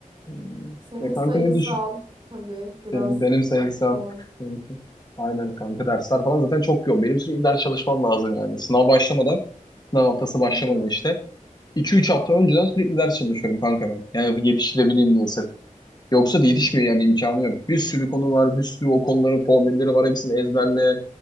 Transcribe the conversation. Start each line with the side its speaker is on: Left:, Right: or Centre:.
Left: Hmm.
Right: Senin
Left: E
Right: sayısal
Left: kanka ne düşün?
Right: tabii biraz
Left: Benim, benim sayısam.
Right: zor.
Left: benim- Aynen kanka dersler falan zaten çok yoğun. Benim sürekli ders çalışmam lazım yani. Sınav başlamadan, sınav haftası başlamadan
Right: Hı hı.
Left: işte. iki üç hafta önceden sürekli ders çalışıyorum kanka ben. Yani yetiştirebileyim diye sırf. Yoksa
Right: Aynen.
Left: da yetişmiyor yani imkanı yok. Bir sürü konu var, bir sürü o konuların formülleri var. Hepsini ezberle,